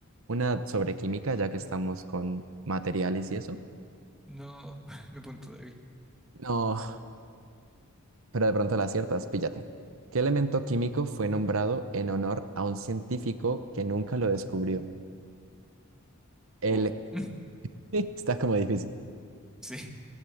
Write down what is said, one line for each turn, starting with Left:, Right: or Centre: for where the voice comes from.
Right: una sobre química, ya que estamos con materiales y eso.
Centre: No, <laughs> mi punto débil.
Right: No, pero de pronto la aciertas, píllate. ¿Qué elemento químico fue nombrado en honor a un científico que nunca lo descubrió? El,
Centre: Uh, <laughs>
Right: <laughs> está como difícil.
Centre: sí.